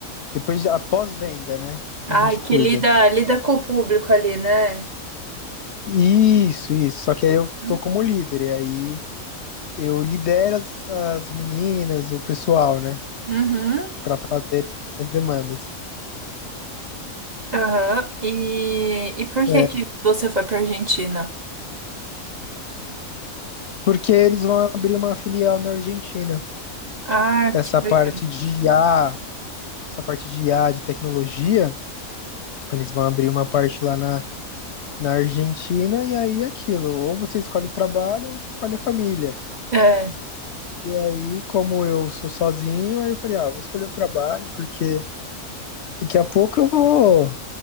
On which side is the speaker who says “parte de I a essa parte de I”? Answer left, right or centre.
Left